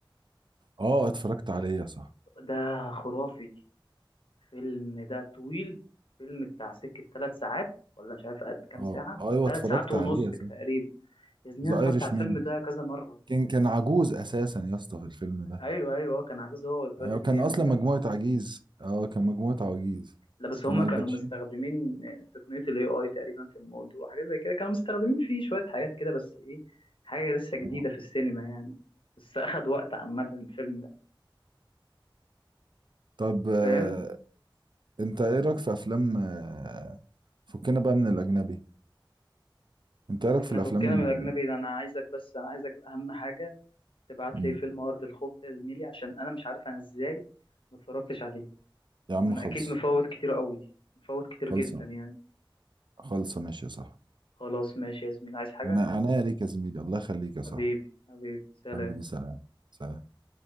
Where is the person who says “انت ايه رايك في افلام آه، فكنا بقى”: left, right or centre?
Right